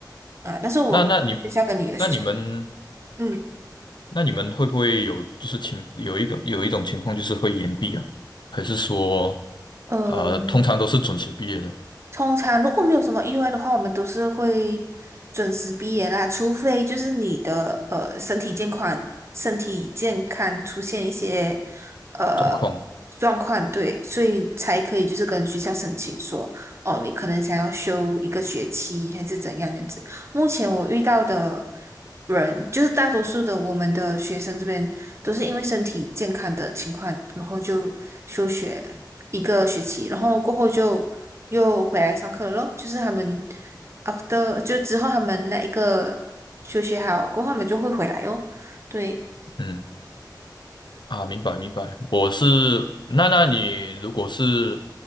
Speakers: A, on the right; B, on the left.
A: 啊。但是我学校跟你的学校，
B: 那那你那你们
A: 嗯。
B: 那你们会不会有就是情有一种有一种情况就是会延毕啊，还是说
A: 呃。
B: 呃通常都是准时毕业的
A: 通常如果没有什么意外的话，我们都是会准时毕业啦，除非就是你的呃身体健康、身体健康出现一些呃
B: 状况？
A: 状况，对，所以才可以就是跟学校申请说，哦，你可能想要休一个学期还是怎样这样子。目前我遇到的。人，就是大多数的我们的学生这边都是因为身体健康的情况，然后就休学一个学期，然后过后就又回来上课了咯。就是他们 after 就之后他们那一个休学好过后，他们就会回来哦。对，
B: 嗯啊，明白明白，我是那那你如果是